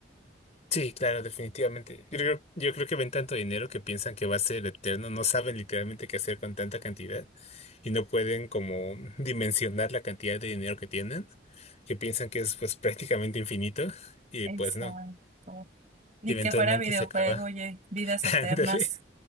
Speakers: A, on the left; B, on the right.
A: Sí, claro, definitivamente. Yo creo, yo creo que ven tanto dinero que piensan que va a ser eterno, no saben literalmente qué hacer con tanta cantidad y no pueden como dimensionar la cantidad de dinero que tienen, que piensan que es pues prácticamente infinito y
B: exacto.
A: pues no,
B: Ni
A: eventualmente
B: que fuera videojuego,
A: se acaba.
B: oye, vidas
A: <laughs>
B: eternas.
A: Ándale,